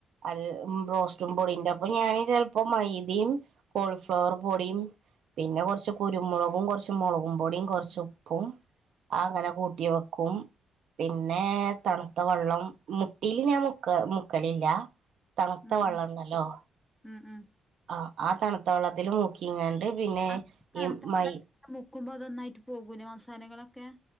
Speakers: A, on the right; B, in the centre.
A: അല്ല് ഉം റോസ്റ്റുംപൊടീന്റൊപ്പം ഞാന് ചെലപ്പോ മൈദയും കോളിഫ്ലവറുപൊടിയും പിന്നെ കൊറച്ചുകുരുമുളകും കൊറച്ച് മുളകുംപൊടിയും കൊറച്ചുപ്പും ആ അങ്ങനെ കൂട്ടിവെക്കും പിന്നെ തണുത്തവെള്ളം മുട്ടീല് ഞാൻ മുക്ക മുക്കലില്ല തണുത്ത
B: ഉം
A: വെള്ളോണ്ടല്ലോ
B: ഉം ഉം ഉം
A: ആ ആ തണുത്ത വെള്ളത്തില് മുക്കിങ്ങാണ്ട് പിന്നെ
B: അപ്പ തണുത്ത
A: ഈ
B: വെള്ളത്തി
A: മൈ
B: മുക്കുമ്പോ അതൊന്നായിട്ട് പോകൂലേ മസാലകളൊക്കെ